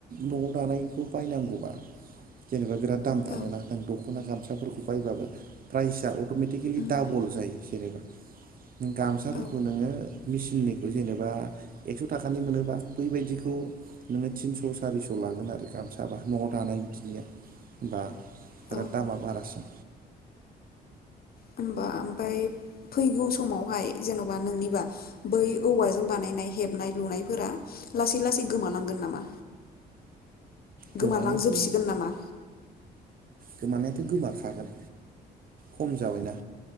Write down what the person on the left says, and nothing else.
औ
उम
औ
औ
होमबा ओमफ्राय फैगौ समावहाय जेन'बा नोंनिबा बै औवाजों बानायनाय हेबनाय लुनायफोरा लासै लासै गोमालांगोन नामा
गोमालांजोबसिगोन नामा